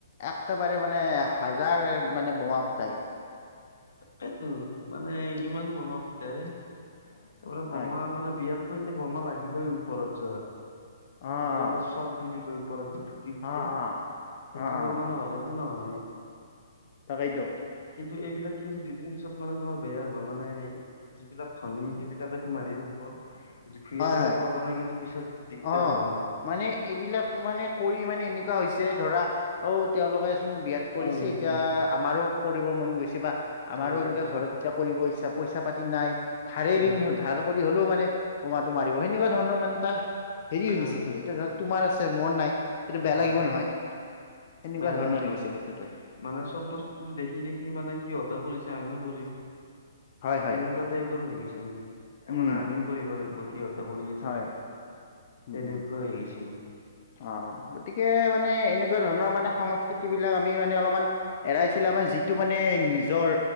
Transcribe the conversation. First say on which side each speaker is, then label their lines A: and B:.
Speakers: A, on the left (about 35°); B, on the left (about 80°).
A: একেবাৰে মানে হাজাৰ মানে বোমা ফুটাই।
B: সেইটো মানে ইমান বমা ফুটায় এইবোৰ বোমা
A: হয়
B: মানে বিয়াত! এতিয়া বোমা লাগিবই ওপৰত যোৱা
A: অ অ
B: যিটো আমাৰ চব বুলি কয় ওপৰত। ফুটি উঠে
A: অ অ
B: সেইটো
A: অ অ
B: বমা নহলেতো নহয়ে।
A: তাকেইতো
B: কিন্তু এইবিলাক কিন্তু দুইদিন পিছত মানে তোমাৰ বেয়া হ'ব মানে যিবিলাক ধনী সেইবিলাকেটো মাৰি থাকিব। দুখিয়া
A: হয়
B: বিলাকৰ
A: হয়
B: কাৰণে কিন্তু পিছত! দিগদাৰ
A: অ
B: হ'ব
A: মানে এইবিলাক মানে কৰি মানে এনেকুৱা হৈছে ধৰা! অ তেওঁলোকেচোন বিয়াত কৰিছে
B: উম
A: এতিয়া
B: উম
A: আমাৰো কৰিব মন গৈছে বা! আমাৰো
B: গৈছে
A: এনেকে
B: গৈছে
A: ঘৰত এতিয়া কৰিব ইচ্ছা পইচা পাতি নাই ধাৰে
B: হয়
A: ঋণ ধাৰ কৰি হ'লেও মানে! উমাটো মাৰিব সেনেকুৱা ধৰণৰ মানে এটা হেৰি
B: হয়
A: হৈ গৈছে টো এতিয়া ধৰা তোমাৰ আছে মোৰ নাই। সেইটো বেয়া
B: হয়
A: লাগিব নহয় সেনেকুৱা
B: বেয়া
A: ধৰণৰ
B: লাগিব
A: হৈ গৈছে বস্তুটো।
B: মানে চব বস্তু দেখি দেখি মানে সিহঁতে কৰিছে আমিও কৰিম।
A: হয় হয়
B: তেনেকুৱা এইবোৰ হৈ গৈছে মানে
A: উম
B: মানে আমিও কৰিব লাগিব। সিহঁতে কৰি আছে
A: হয় উম
B: তেনেকৈ
A: উম
B: হৈ গৈছে মানে।
A: অ গতিকে মানে এনেকুৱা ধৰণৰ মানে সংস্কৃতি বিলাক আমি মানে অলমান! এৰাই চিলে আমাৰ যিটো মানে নিজৰ